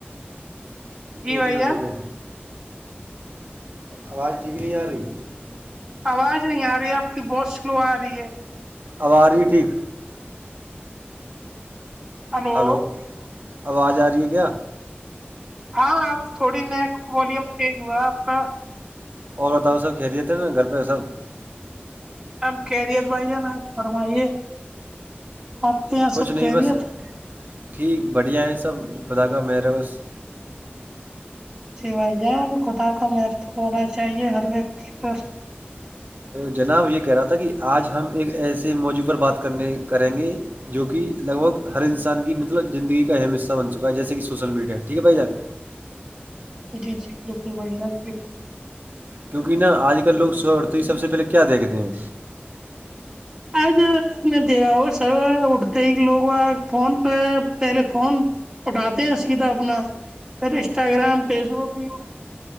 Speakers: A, on the right; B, on the right.
A: جی
B: ایک
A: بھائی
B: منٹ
A: جان
B: روکو آواز ٹھیک نہیں آ رہی
A: آواز نہیں آ رہی ہے آپ کی بہت سلو آ رہی ہے
B: اب آرہی ہے ٹھیک
A: ہلو
B: ہیلو آواج آ رہی ہے کیا
A: ہاں آ تھوڑی <unintelligible> ن والیوم چینج ہوا آپ کا
B: اور بتاؤ سب خیریت ہے نہ گھر پہ سب
A: سب خیریت بھائی جان آپ فرمائیے آپ کے یہاں
B: کچھ
A: سب
B: نہیں
A: خیریت
B: بس ٹھیک بڑھیا ہیں سب خدا کا مہر ہے بس
A: جی بھائی جان خدا کا مہرتو ہونا چاہیے ہر ویکتی پر
B: جناب یہ کہہ رہا تھا کہ آج ہم ایک ایسے موضوع پر بات کرنے کریں گے جو کہ لگ بھگ ہر انسان کی مطلب زندگی کا اہم حصہ بن چکا ہے جیسے کہ سوشل میڈیا ٹھیک ہے بھائی جان
A: جی جی بالکل بھائی جان بالکل
B: کیونکہ نا آج کل لوگ صبح اٹھتے ہی سب سے پہلے کیا دیکھتے ہیں
A: آج آپ نے <unintelligible> دھا ہو س اٹھتے ہی لوگ فون پہ پہلے فون اٹھاتے ہیں سیدھا اپنا پھر انسٹاگرام فیس بک <unintelligible> ٹیب